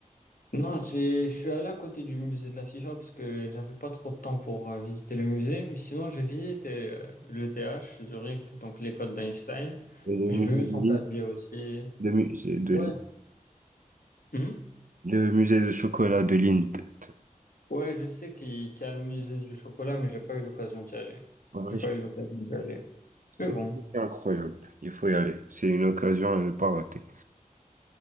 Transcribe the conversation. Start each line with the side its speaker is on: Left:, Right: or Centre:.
Left: Non, j'ai, je suis allé à côté du musée de la Figeac parce que j'avais pas trop de temps pour euh, visiter le musée, mais sinon j'ai visité euh, l'ETH Zurich, donc l'école d'Einstein.
Right: Et Le
Left: J'ai
Right: musée
Left: vu
Right: de
Left: son
Right: Lille,
Left: casier aussi.
Right: le musée de
Left: Ouais,
Right: Lille,
Left: c- Hmm
Right: le musée de chocolat de Lille. t- t-
Left: Ouais, je sais qu'il qu'il y a le musée du chocolat, mais j'ai pas eu l'occasion d'y aller.
Right: En vrai,
Left: J'ai pas
Right: je-
Left: eu l'occasion d'y aller. Mais
Right: c'est
Left: bon.
Right: incroyable. Il faut y aller. C'est une occasion à ne pas rater.